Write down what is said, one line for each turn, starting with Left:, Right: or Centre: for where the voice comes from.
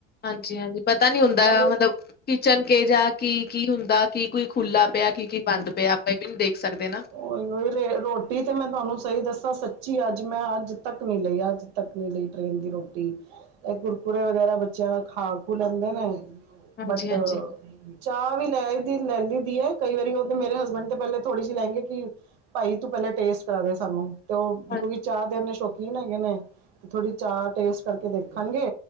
Left: ਹਾਂਜੀ ਹਾਂਜੀ ਪਤਾ ਨੀ ਹੁੰਦਾ
Right: ਨਾਲੇ
Left: ਮਤਲਬ ਕਿਚਨ ਕਿ ਜਾਹਾ ਕੀ ਕੀ ਹੁੰਦਾ ਕੀ ਕੋਈ ਖੁੱਲਲਾ ਪਿਆ ਕੀ ਕੀ ਬੰਦ ਪਿਆ ਆਪਾਂ ਇਹ ਵੀ ਨੀ ਦੇਖ ਸਕਦੇ ਨਾ
Right: ਉਓਹੀ ਉਹੀ ਰ ਰੋਟੀ ਤੇ ਮੈਂ ਤੁਹਾਨੂੰ ਸਹੀ ਦੱਸਾਂ ਸੱਚੀ ਅੱਜ ਮੈਂ ਅੱਜ ਤੱਕ ਨਹੀਂੀ ਲਈ ਅੱਜ ਤੱਕਣੀ ਲਈ ਟ੍ਰੇਨ ਦੀ ਰੋਟੀ ਇਹ ਕੁਰਕੁੁਰੇ ਵਗੈਰਾ ਬੱਚਿਆਂ ਖਾ ਖੂ ਲੈਂਦੇ ਨੇ
Left: ਹਾਂਜੀ-ਹਾਂਜੀ,
Right: ਬਟ ਚਾਹ ਵੀ ਲੈ ਦੀ ਲੈ ਲਈਦੀ ਹੈ ਕਈ ਵਾਰੀ ਉਹ ਤੇ ਮੇਰੇ ਹਸਬੈਂਡ ਤੇ ਪਹਿਲੇ ਥੋੜ੍ਹੀ ਜਿ ਲਗੇ ਕਿ ਭਾਈ ਤੂੰ ਪਹਿਲਾਂ ਟੇਸਟ ਕਰਾ ਦੇ ਸਾਨੂੰ ਤੇ ਉਹਕਿ
Left: ਹਾਂ
Right: ਚਾਹ ਦੇ ਇੰਨੇ ਸ਼ੌਕੀਨ ਹੈਗੇ ਨੇ ਤੇ ਥੋੜ੍ਹੀ ਚਾਹ ਟੇਸਟ ਕਰਕੇ ਦੇਖਣਗੇ